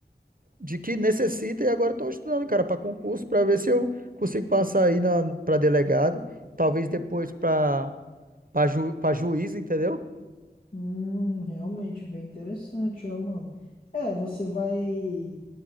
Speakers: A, on the right; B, on the left.
A: de que necessita e agora estou estudando, cara, para concurso, para ver se eu consigo passar aí na para delegado, talvez depois para para ju, pra juiz, entendeu?
B: Hum, realmente bem interessante, ó, mano. É, você vai